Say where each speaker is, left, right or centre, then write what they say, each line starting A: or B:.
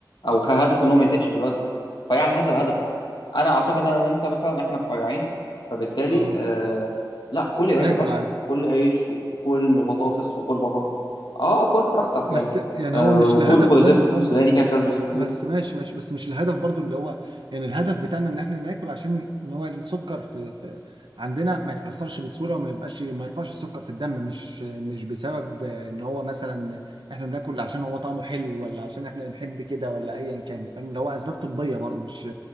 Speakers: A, on the left; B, on the right.
A: او خ- هدفه ان هو ما يزيدش في الوزن فهي على حسب هدفك انا اعتقد انا وانت مثلا احنا رفيعين فبالتالي
B: اه
A: آه لا كل يا باشا
B: ناكل
A: براحتك
B: عادي
A: كل عيش وكل بطاطس وكل بطاطا اه كل براحتك
B: بس
A: يعني
B: يعني
A: آه
B: هو مش
A: وكل
B: الهدف
A: فوق
B: بس
A: زبده
B: برضه
A: فول سوداني فيها كالوريز كتير
B: بس ماشي ماشي بس مش الهدف برضه اللي هو يعني الهدف بتاعنا ان احنا ناكل عشان ان هو السكر في في- عندنا ما يتكسرش بسهوله وما يبقاش ما يرفعش السكر في الدم مش مش بسبب ان هو مثلا احنا بناكل عشان هو طعمه حلو ولا عشان احنا بنحب كده ولا ايا كان فاهم اللي هو اسباب طبيه برضه مش